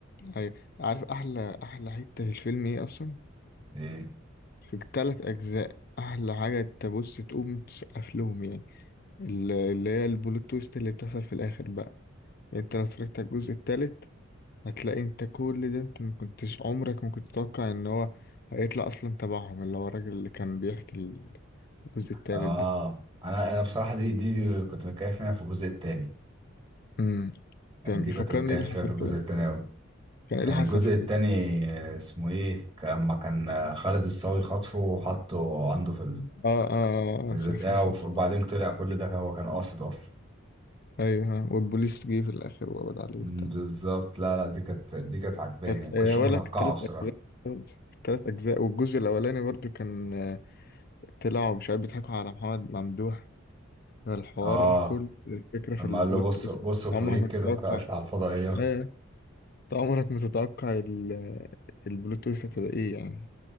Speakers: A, on the left; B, on the right.
A: أي- عارف احلى احلى حته في الفيلم ايه اصلا
B: ايه
A: في التلات اجزاء احلى حاجه تبص تقوم تسقف لهم يعني ال- اللي هي البلوت تويست اللي بتحصل في الاخر بقى يعني انت لو اتفرجت على الجزء التالت هتلاقي انت كل ده انت ما كنتش عمرك ما كنت تتوقع ان هو هيطلع اصلا تبعهم اللي هو الراجل اللي كان بيحكي ال- الجزء التالت
B: اه
A: ده
B: انا انا بصراحه دي دي, دي كنت متكيف منها في الجزء التاني
A: امم تمام
B: يعني دي
A: فكرني
B: كنت متكيف
A: ايه اللي حصل
B: فيها في الجزء
A: كده
B: التاني أوي
A: كان ايه
B: كان
A: اللي حصل
B: الجزء
A: في... الجزء-
B: التاني آه، اسمه ايه لما كان آه، خالد الصاوي خطفه وحطه عنده في
A: اه اه آه،
B: البتاع
A: آه، صح صح صح
B: وف- وبعدين طلع كل ده هو كان قاصد اصلا
A: ايوه ها والبوليس جه في الاخر وقبض عليه
B: مم،
A: وبتاع
B: بالظبط لا لا دي كانت دي كانت عجباني
A: كانت
B: يعني ما
A: يا
B: كنتش
A: ولك
B: متوقعه
A: التلات
B: بصراحه
A: أجزاء التلات اجزاء والجزء الاولاني برضو كان آه، طلعوا مش عارف بيضحكوا على محمد ممدوح الحوار
B: اه
A: كل الفكره في
B: لما
A: البلوت
B: قال له بص
A: تويست
B: بص فوقيك
A: عمرك ما
B: كده
A: تتوقع
B: بتاع اطلع على الفضائيات
A: ايوه انت عمرك ما تتوقع ال- البلوت تويست هتبقى ايه يعني